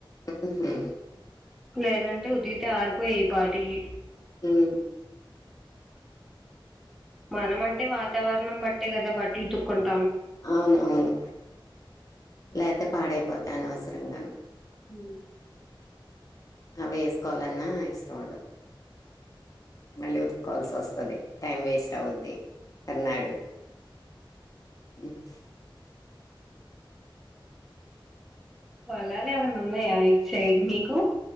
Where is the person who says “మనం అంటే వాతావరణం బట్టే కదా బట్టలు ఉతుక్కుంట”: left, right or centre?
Centre